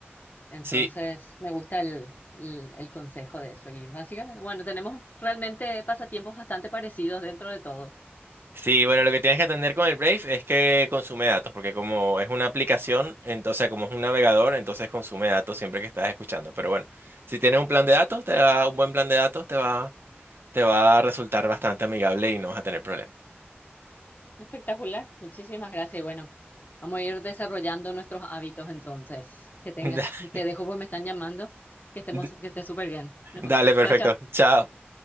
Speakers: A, on the left (about 45°); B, on the right (about 65°).
A: Entonces
B: Sí.
A: me gusta el, el, el consejo de eso y básicamente, bueno, tenemos realmente pasatiempos bastante parecidos dentro de todo.
B: Sí, bueno, lo que tienes que atender con el Brave es que consume datos, porque como es una aplicación, entonces como es un navegador, entonces consume datos siempre que estás escuchando. Pero bueno, si tienes un plan
A: Mm,
B: de datos, te va, un buen plan de datos te va, te va a resultar bastante amigable y no vas a tener problemas.
A: Espectacular, muchísimas gracias y bueno. Vamos a ir desarrollando nuestros hábitos entonces. Que tengas,
B: <laughs>
A: te dejo porque me están llamando. Que estemos,
B: Da-
A: que estés súper bien. Ajá.
B: Dale, perfecto.
A: Chao, chao.
B: Chao.